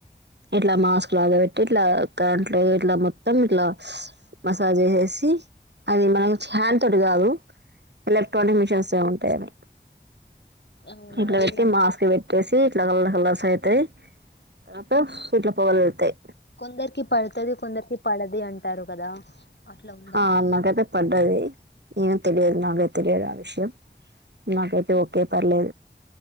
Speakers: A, on the right; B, on the left.
A: గాట్లా మాస్ లాగా పెట్టి ఇలా కరట్ తమట్లా మసాజ్ చేసేసి అది మనకు హ్యాండ్ తోటి కాదు ఎలక్ట్రానిక్ మిషన్స్ ఏమి ఉంటాయవి
B: అవునా
A: ఇక్కడ
B: అది
A: వ్యక్తి
B: మం-
A: మాస్ వ్య ట్టేసి ఇట్లా క రస అవుతాయి తర్వాత ఇట్ల పొగలు వెళ్తాయి
B: కొందరికి పడుతుది కొందరికి పడదు అంట అంటారు కదా అట్లా ఉందా
A: ఆ నాగతే పడది ఏను తెలియదు నాగతే ఒతిరే అర ఆ విశ్యం నాకతే ఓకే పర్లే